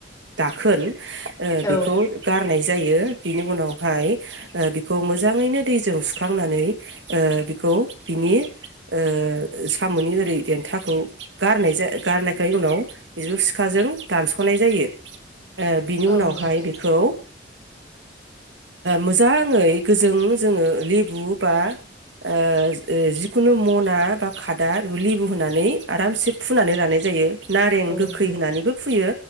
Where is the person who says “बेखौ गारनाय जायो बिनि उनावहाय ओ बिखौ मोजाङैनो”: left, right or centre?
Right